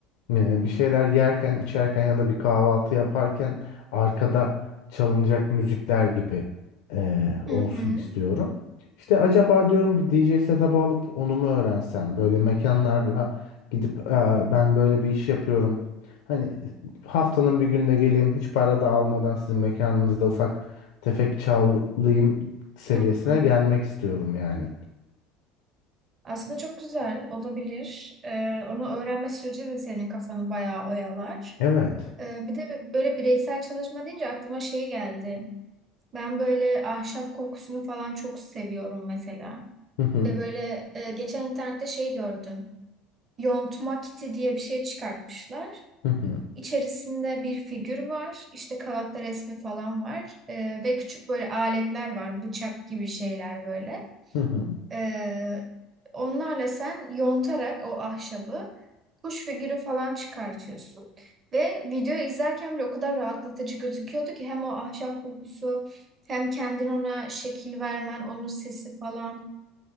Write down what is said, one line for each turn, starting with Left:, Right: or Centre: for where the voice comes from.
Left: e, bir şeyler yerken, içerken ya da bir kahvaltı yaparken arkada çalınacak müzikler gibi e, olsun
Right: Hı hı.
Left: istiyorum. İşte acaba diyorum bir D J setup'ı alıp onu mu öğrensem? Böyle mekanlarla gidip "Aa, ben böyle bir iş yapıyorum. Hani haftanın bir günde geleyim hiç para da almadan sizin mekanınızda ufak tefek çalayım seviyesine
Right: Hı hı.
Left: gelmek istiyorum yani.
Right: Aslında çok güzel olabilir. Ee, onu öğrenme süreci de senin kafanı bayağı oyalar.
Left: Evet.
Right: Ee, bir de böyle bireysel çalışma deyince aklıma şey geldi. Ben böyle ahşap kokusunu falan çok seviyorum mesela.
Left: Hı hı.
Right: Ve böyle e, geçen internette şey gördüm. Yontma kiti diye bir şey çıkartmışlar.
Left: Hı hı.
Right: İçerisinde bir figür var. İşte kağıtta resmi falan var. E, ve küçük böyle aletler var. Bıçak gibi şeyler böyle.
Left: Hı hı.
Right: E, onlarla sen yontarak o ahşabı kuş figürü falan çıkartıyorsun. Ve videoyu izlerken bile o kadar rahatlatıcı gözüküyordu ki hem o ahşap kokusu hem kendin ona şekil vermen, onun sesi falan.